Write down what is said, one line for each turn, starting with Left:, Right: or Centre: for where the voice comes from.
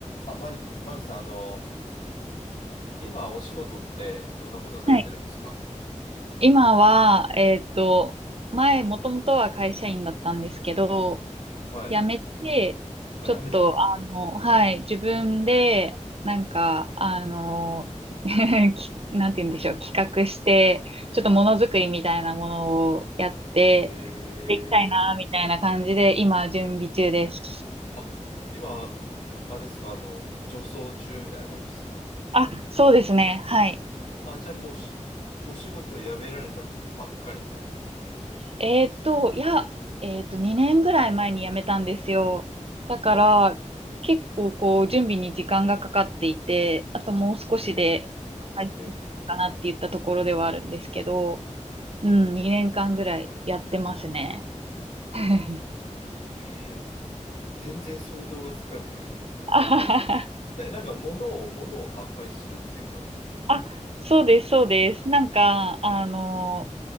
Left: あ、ま、まみさん、あの、今お仕事ってどんなことされてるんですか
Right: はい。今は、えーっと、前、もともとは会社員だったんですけど、
Left: はい。
Right: 辞めて、
Left: あ、
Right: ちょっと、
Left: やめた。
Right: あの、はい、自分で、なんか、あの、<laughs> きなんて言うんでしょう、企画して、ちょっとものづくりみたいなものをやって、
Left: ええ
Right: できたいな、みたいな感じで、今、準備中です。
Left: あ、今、あれですか、あの、女装中みたいな感じですか
Right: あ、そうですね、はい。
Left: あ、じゃあもうし、お仕事を辞められたばっかりみたいな。
Right: えーっと、いや、えーっと、2年ぐらい前に辞めたんですよ。だから、
Left: ほ
Right: 結構こう、準備に時間がかかっていて、あともう少しで、
Left: う。
Right: はい
Left: え
Right: かなって言ったところではあるんですけど、うん、2年間ぐらいやってますね。<laughs>
Left: えええ全然想像がつかないんだけど。
Right: あははは
Left: な、なんか物を、物を販売するっていう感じ。
Right: あ、そうです、そうです。なんか、あの、